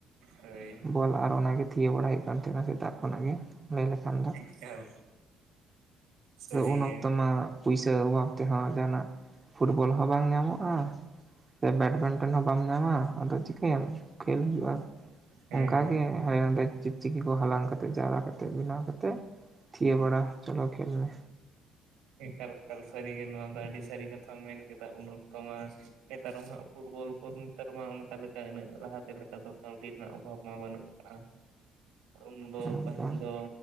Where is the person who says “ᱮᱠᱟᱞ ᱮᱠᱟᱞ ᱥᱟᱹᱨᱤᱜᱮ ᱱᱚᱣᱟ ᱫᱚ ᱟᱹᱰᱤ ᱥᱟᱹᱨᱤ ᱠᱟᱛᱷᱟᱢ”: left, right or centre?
Right